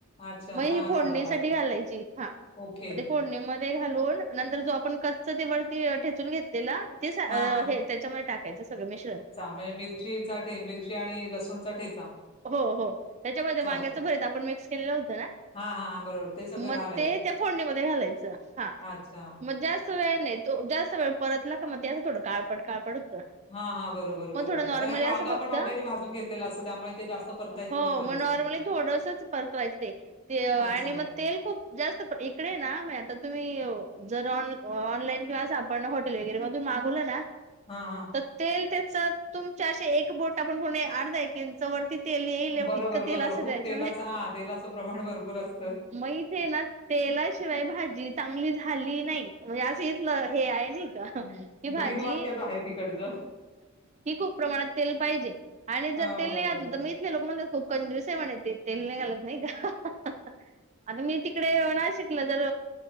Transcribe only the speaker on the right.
मग
ह
फोडणीसाठी
घालायची हा
मग ते फोडणी मध्ये घालून नंतर जो आपण कच्च ते वरती ठेचून घेतलेल ते सा अ
हे त्याच्यामध्ये टाक त्यांच सगळं मिश्रण
हो हो त्याच्यामध्ये
वांग्याचं भरत आपण मिक्स केलेलं होतं ना
मग
ते त्या फोडणीमध्ये घालायचं हा
मग जास्त वेळ नाही तो जास्त वेळ परतला का मग त्यां थोडं काळपट काळपट होतं
मग
थोडं नॉर्मली
असं
फक्त
हो
मग नॉर्मली
थोडंसच परतवायचं ते ते आणि
मग तेल खूप जास्त इकडे ना म आता तुम्ही <unintelligible> जर ऑन ऑनलाईन किंवापण हॉटेल वगैरे मधून मागवलं ना <unintelligible>
तेल त्याच तुमच्याे एक बोट आपण होणे अर्धा एकंच वरती <unintelligible> तेल येल
इतक तेल
अस त्याच्या
मथ ना तेला शिवाय भाजी चांगली झाली नाही म्हणजे असं इथलं हे आहे ना का
की भाजी
ही खूप प्रमाणात तेल पाहिजे आणि जर
तेल
नाही घातलं तर मी इथले लोक म्हण खूप कंजुस म्हण तेल नाही घालत नाही का <unintelligible> आता मी तिकडे ना शिकल तर